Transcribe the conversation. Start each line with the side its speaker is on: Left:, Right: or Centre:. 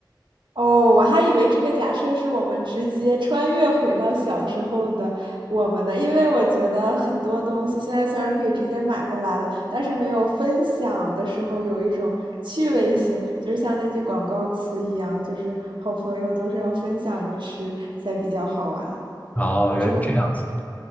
Right: 哦，我还以为这个假设是我们直接穿越回到小时候的我们的，因为我觉得很多东西现在虽然可以直接买过来了，但是没有分享的时候有一种趣味性，就是像那句广告词一样，就是好朋友都是要分享着吃才比较好玩。
Left: 哦，
Right: 我是会，
Left: 原来这样子。